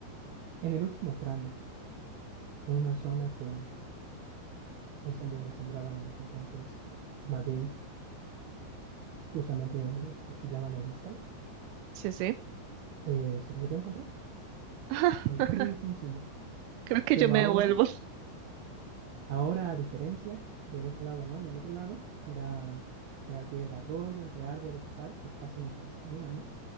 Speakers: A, on the right; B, on the right.
A: en el último tramo, en una zona que es en donde sembraban en ese entonces maguey, justamente donde destilaban el mezcal,
B: Sí, sí.
A: eh, se lo volvió a encontrar,
B: <laughs>
A: el mismo señor.
B: Creo que
A: Pero
B: yo me
A: ahora
B: devuelvo.
A: Ahora, a diferencia del otro lado, ¿no? En el otro lado era, era al pie del arroyo, entre árboles y tal, pues casi no se distinguía, ¿no?